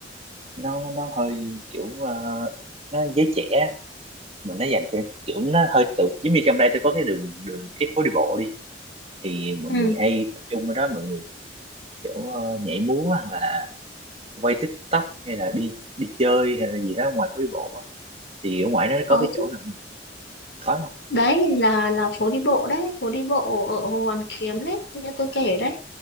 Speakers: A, on the right; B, on the left.
A: nó nó hơi kiểu ờ, nó giới trẻ mà nó dành cho kiểu nó hơi tự giống như trong đây tôi có cái đường đường cái phố đi bộ đi thì mọi
B: ừ,
A: người hay tập trung ở đó mọi người kiểu ờ, nhảy múa hoặc là quay TikTok hay là đi đi chơi hay là gì đó ngoài phố đi bộ á thì ở ngoài nó
B: có
A: có cái chỗ
B: chứ.
A: nào có không
B: Đấy là là phố đi bộ đấy, phố đi bộ ở Hồ Hoàn Kiếm đấy, như tôi kể đấy.